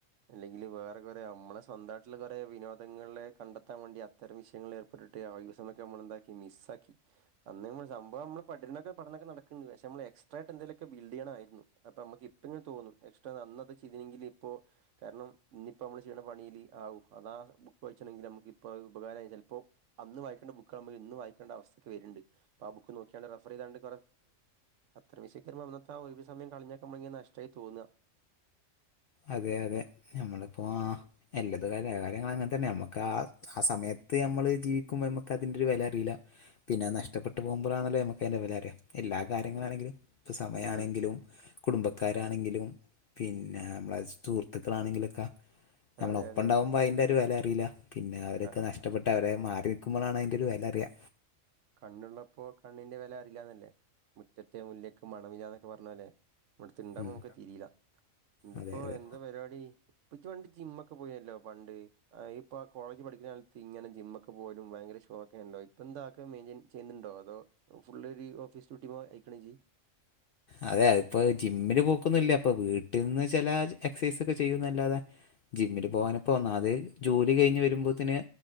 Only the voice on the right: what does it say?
അല്ലെങ്കിൽ വേറെ കുറെ നമ്മളെ സ്വന്ത കുറെേ വിനോദങ്ങളെ കണ്ടെത്താൻ വേണ്ടി അത്തരം വിശേ ൾ ഏർപ്പെട്ടിട്ട് ആഹ് ദിവസങ്ങൾഒക്കെ നമ്മളെന്ദാക്കി മിസ്സാക്കിഅന്ന് സംഭവം നമ്മ പഠിനനൊക്കെ പനൊക്ക നടക്കുന്നു പക്ഷേ നമ്മ എക്സ്ട്രയിട്ട എന്തെകിലും ഒക്കെ ബിൽഡ് യാണമായിരുന്നു അപ്പോമ്മക് കിട്ടുമതോന്നും എക്ഷ്ട അന്നൊക്കെ ചെയ്തിന്നെങ്കിൽ ഇപ്പോ കാരണം ഇന്നിപ്പോ നമ്മള് ചെയ്യുന്ന പണീൽ ഹാവു അതാ ബുക്ക് വായിച്ചാണെകിൽ നമുക്ക് ഇപ്പ ഉപകാരായി ചിലപ്പോ അന്ന് വായിക്കേണ്ട ബുക്ക് നമ്മൾ ഇന്ന് വായിക്കണ്ട അവസ്ഥക്ക് വരുന്നുണ്ട് അപ്പൊ ആഹ് ബുക്ക് നോക്കി റഫതാണ്ട് അത്ര മിസ്പോ അന്നത്തെ ആ ഒരു സമയം കളഞ്ഞക്കുമ്പോെയൊക്കെ നഷ്ടമായി തോന്ന
ഉം.
ഉം.
അതെ അതെ
ക-
കണ്ണ്ള്ളപ്പോ കണ്ണിന്റെ വെലറില്ലന്നല്ലേ മുറ്റത്തെ മുല്ലക്ക് മണമില്ലാനൊക്കെ പറഞ്ഞോലെ. ണ്ടാവും
മക്ക് തീരില്ല എന്തപ്പോ
എന്താ പര്പാടി? പ്പച്ചി പണ്ട് ജിമ്മ ഒക്കെ പോയിരല്ലോ പണ്ട് അയിപ്പോ അ കോളേജി പഠ്ക്ക്ണ കാലത്ത് ഇങ്ങനെ ജിംമ്മൊക്കെ പോവലും വയങ്കര ഷോക്കെണല്ലോ പ്പൊന്താ? ഒക്കെ മെയിൻ ചെയ്യുന്നുണ്ടോ അതോ ഫുൾ ഒരു ഓഫീസ് ഡ്യൂട്ടി അയക്കണേ ജി
ഉം